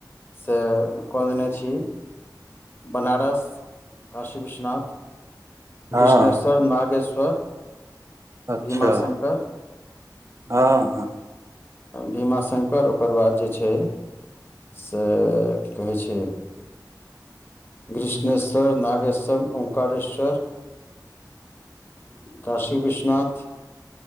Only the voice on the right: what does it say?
हँ
अच्छा
हँ हँ